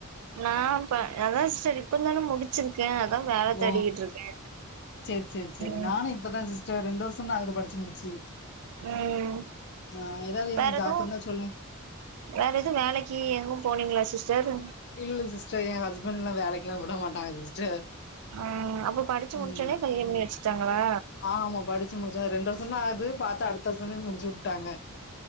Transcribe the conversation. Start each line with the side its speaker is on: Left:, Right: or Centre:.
Right: நா பா அதா சிஸ்டர் இப்பந்தான முடி ச்சுருக்கே அதா வேல
Left: ஓ
Right: தேடிகிட்டு இருக்கே
Left: சேரி சேரி சேரி
Right: ம்
Left: நானு இப்பதா சிஸ்டர் ரெண்டு வருஷோ தா ஆகுது படுச்சு முடுச்சு
Right: ம்
Left: ஆ ஏதாவ்து எனக்கு
Right: வேற எதுவு
Left: ஜாப்ருந்தா சொல்லுங்
Right: வேற எதுவு வேலக்கீ எங்கு போனீங்களா சிஸ்டர்
Left: இல்ல சிஸ்டர் ஏ ஹஸ்பண்ட்ல்லா வேலைக்கெல்லா விட மாட்டாங்க சிஸ்டர்
Right: ம் அப்ப படிச்சு
Left: ம்
Right: முடிச்சோனே கல்யாணம் பண்ணி வச்சுட்டாங்களா
Left: ஆமா படிச்சு முடிச்சு ரெண்டு வர்ஷோ தா ஆது பாத்தா அடுத்த வருசமே முடுச்சு விட்டாங்க